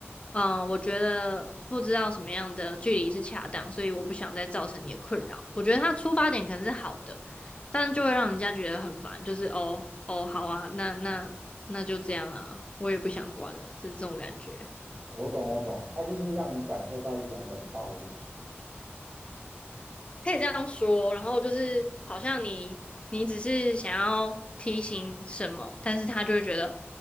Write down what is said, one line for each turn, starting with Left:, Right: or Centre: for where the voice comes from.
Left: 嗯、我觉得不知道什么样的距离是恰当，所以我不想再造成你的困扰。我觉得他出发点可能是好的，但就会让人家觉得很烦，就是哦哦，好啊，那那那就这样啊，我也不想管了，就是这种感觉。
Right: 我懂，我懂，他就是让你感受到一种冷暴力，
Left: 可以这样说，然后就是好像你你只是想要提醒什么，但是他就会觉得，